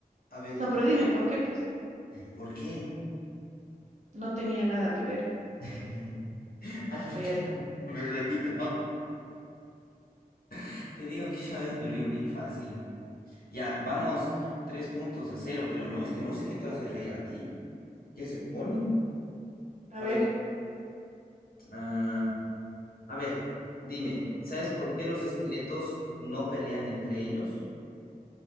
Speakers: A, on the left; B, on the right.
A: A ver,
B: No, pero dime por qué, pues.
A: ¿por qué?
B: No tenía nada que ver.
A: <laughs> A la puta,
B: Pero ya está.
A: <laughs> me he reído. <laughs> Te digo que yo a veces me río bien fácil. Ya, vamos, tres puntos a cero, creo, ¿no? Es que no sé qué te hace reír a ti. Ya es el colmo.
B: A
A: A
B: ver,
A: ver, ah, a ver, dime, ¿sabes por qué los esqueletos no pelean entre ellos?